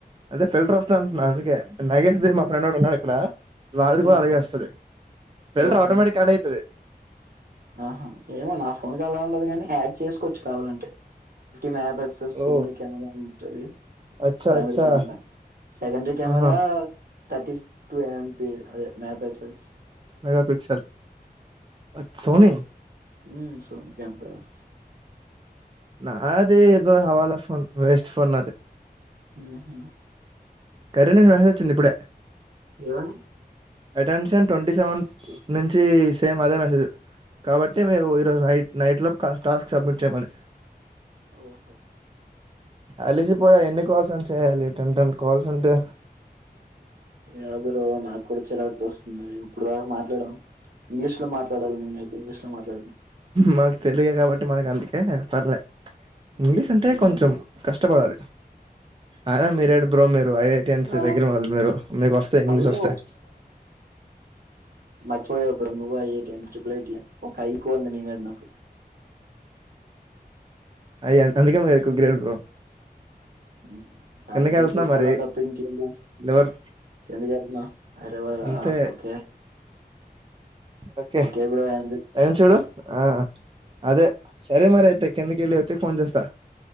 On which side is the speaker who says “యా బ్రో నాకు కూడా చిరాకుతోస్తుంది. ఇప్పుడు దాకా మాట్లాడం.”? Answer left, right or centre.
Right